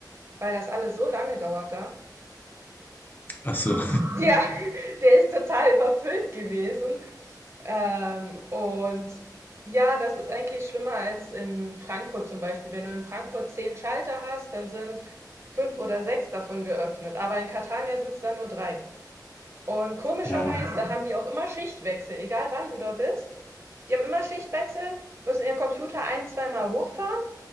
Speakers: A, on the right; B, on the left.
A: weil das alles so lange dauert da.
B: Ach so.
A: <laughs> Ja, der ist total überfüllt gewesen. Ähm, und ja, das ist eigentlich schlimmer als in Frankfurt zum Beispiel. Wenn du in Frankfurt zehn Schalter hast, dann sind fünf oder sechs davon geöffnet. Aber in Catania sind es dann nur drei. Und komischerweise
B: Ja,
A: haben die auch immer Schichtwechsel, egal wann du da bist. Die haben immer Schichtwechsel, müssen ihren Computer ein, zweimal hochfahren,